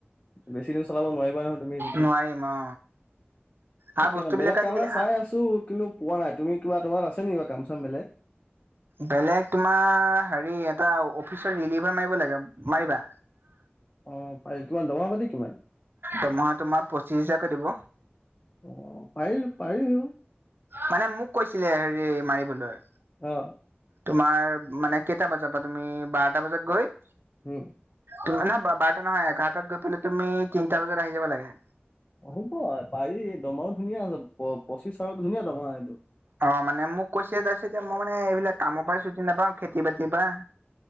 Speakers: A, on the left (about 30°); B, on the right (about 55°).
A: বেছি দিন চলাব নোৱাৰিবা নহয় তুমি সেটোদি।
B: নোৱাৰিম অ
A: সেইকাৰ
B: আৰু বস্তুবিলাক
A: বেলেগ
B: আজিকালি
A: কাম এটা চাই আছো কিন্তু পোৱা নাই তুমি কিবা তোমাৰ আছ নেকি বা কাম চাম বেলেগ।
B: বেলেগ তোমাৰ হেৰি এটা অফিচত ৰিনিভাৰ মাৰিব লাগে মাৰিবা।
A: অ' পাৰিম তোমাৰ দৰমহা পাতি কিমান।
B: দৰমহা তোমাৰ পঁচিচ্ছ হোজাৰকৈ দিব।
A: অ পাৰিলো পাৰিলো
B: মানে মোক কৈছিলে হেৰি মাৰিবলৈ
A: অ
B: তোমাৰ মানে কেইটা বজাৰ পৰা তুমি বাৰটা বজাত গৈ
A: হম
B: তমাৰ নহয় বাৰটা নহয় এঘাৰটাত গৈ পেলাই তুমি তিনিটা বজাত আহি যাব লাগে
A: হ'ব পাৰি দমাৰো ধুনীয়া আছে প পঁচিছ চাৰো ধুনীয়া দমাৰ এইটো
B: অ মানে মোক কৈছে তাৰপিছততি মই মানে এইবিলাক কামৰ পৰাই ছুটি নাপাওঁ খেতি বাতিৰ পৰা